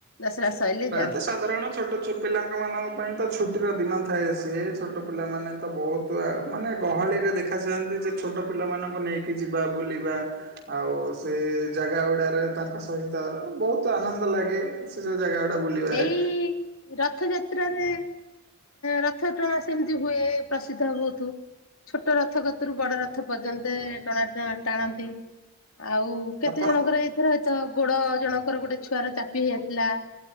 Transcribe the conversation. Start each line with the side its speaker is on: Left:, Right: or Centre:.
Left: ଦଶହରା ସଇଲେ
Right: ପ୍ରାୟତଃ
Left: ଯାନ୍ତି।
Right: ସାଧାରଣ ଛୋଟ ଛୋ ପିଲାଙ୍କ ମାନଙ୍କ ପାଇଁ ତ ଛୁଟିର ଦିନ ଥାଏ ସିଏ ଛୋଟ ପିଲାମାନେ ତ ବହୁତ ମାନେ ଗହଳିରେ ଦେଖାଯାଆନ୍ତି ଯେ ଛୋଟ ପିଲାମାନଙ୍କୁ ନେଇକି ଯିବା ବୁଲିବା ଆଉ ସେ ଜାଗା ଗୁଡାାରେ ତାଙ୍କ ସହିତ ବହୁତ ଆନନ୍ଦ ଲାଗେ ସେ ଯ ବା ବୁଲିବାରେ।
Left: ଏଇ ରଥଯାତ୍ରାରେ ରଥଟ୍ରଣା ସେମିତି ହୁଏ ପ୍ରସିଦ୍ଧ ବହୁତ। ଛୋଟ ରଥ କତୁରୁ ବଡ ରଥ ପର୍ଯ୍ୟନ୍ତ ଟଣା ଟାଣନ୍ତି। ଆଉ କେତେ
Right: ଆପଣ
Left: ଜଣଙ୍କର ଏଇଥର ହତ ଗୋଡ ଜଣଙ୍କର ଗୋଟେ ଛୁଆର ଚାପି ହେଇଯାଇଥିଲା।